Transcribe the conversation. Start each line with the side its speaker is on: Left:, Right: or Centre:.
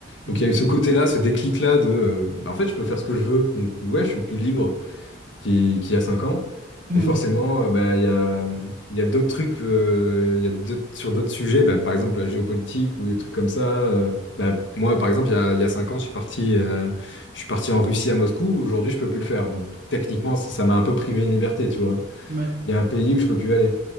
Right: Hmm.
Left: Donc il y a eu ce côté-là, ce déclic-là de euh, bah, en fait je peux faire ce que je veux, donc ouais je suis plus libre qu'il qu'il y a 5 ans,
Right: Hmm.
Left: mais forcément euh, bah, il y a, il y a d'autres trucs, euh, il y a d'autres- sur d'autres sujets, bah, par exemple la géopolitique ou des trucs comme ça. euh, bah, moi par exemple il y a, il y a 5 ans je suis parti, euh, je suis parti en Russie à Moscou, aujourd'hui je peux plus le faire, donc techniquement ça ça m'a un peu privé une liberté, tu vois.
Right: Ouais.
Left: Il y a un pays où je peux plus aller.